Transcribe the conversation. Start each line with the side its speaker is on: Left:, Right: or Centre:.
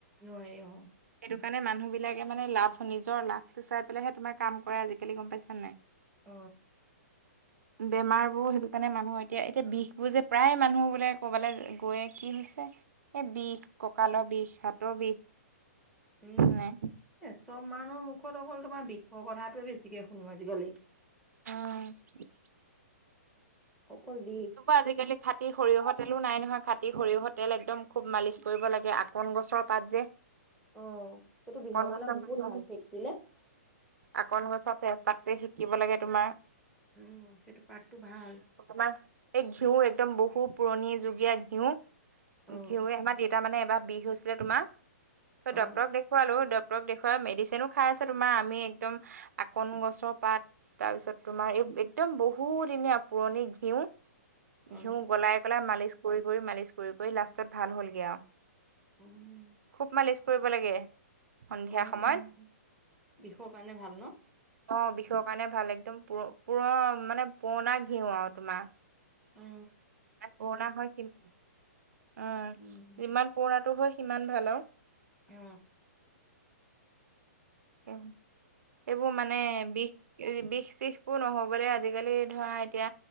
Centre: নোৱাৰে অ
Right: সেইকাৰণে মানুহ বিলাকে মানে লাভ নিজৰ লাভটো চাই পেলাইহে তোমাৰ কাম কৰে আজিকালি গম পাইছা নাই।
Centre: অ
Right: বেমাৰ বোৰ সেইটো কাৰণে ম মই এতিয়া এতিয়া বিষ বোৰ যে প্ৰায় মানুহ বোলে ক'বালে গৈয়ে কি হৈছে এই বিষ ককা ককালৰ বিষ সাতৰ বিষ।
Centre: <inaudible> উম
Right: নাই।
Centre: এ চব মানুহৰ মুখত অকল তোমাৰ বিশৰ কথাটোৱে বেছিকে শুনো আজিকালি।
Right: অ
Centre: অকল বিষ
Right: এনেকুৱা আজিকালি খাটি সৰিয়হৰ তেলো নাই নহয়। খাটি সৰিয়হৰ তেল একদম খুব মালিচ কৰিব লাগে আকন গছৰ পাত যে
Centre: অ সেইটো বিষৰ
Right: আকন
Centre: কাৰণে
Right: গছৰ
Centre: বহুত
Right: অ
Centre: ভাল
Right: আৰু
Centre: সেকিলে
Right: আকন গছৰ প শিকিব লাগে তোমাৰ
Centre: উম সেইটো পাতটো ভাল
Right: তোমাৰ এই ঘিঁউ একদম বহু পুৰণি যুগীয়া ঘিঁউ
Centre: অ
Right: ঘিউে আমাৰ। দেতাৰ মানে এবাৰ বিষ হৈছিলে তোমাৰ
Centre: অ
Right: ডক্টৰক দেখুৱালোঁ ড ডক্টৰক দেখুৱাই মেডিচিনো খাই আছে তোমাৰ আমি একদম আকন গছৰ পাত তাৰপিছত তোমাৰ এই একদম বহু দিনীয়া পুৰণি ঘিঁউ।
Centre: অ
Right: ঘিউ গলাই গলাই মালিচ কৰি কৰি মালিচ কৰি কৰি লাষ্টত ভাল হ'লগৈ আৰু।
Centre: উম।
Right: খুব মালিচ কৰিব লাগে সন্ধিয়া
Centre: অ
Right: সময়ত।
Centre: বিষৰ কাৰণে ভাল ন?
Right: অ, বিষৰ কাৰণে ভাল। একদম প পুৰ মানে পুৰণা ঘিউ আৰু তোমাৰ।
Centre: অ।
Right: ইমান পুৰণা হয় সি উম
Centre: উম,
Right: যিমান পুৰণো হয় সিমান ইমান ভাল আৰু।
Centre: অ, অ।
Right: এইেইবোৰ মানে বিষ বিষ শিখ বোৰ নহবলৈ আজিকালি ধৰা এতিয়া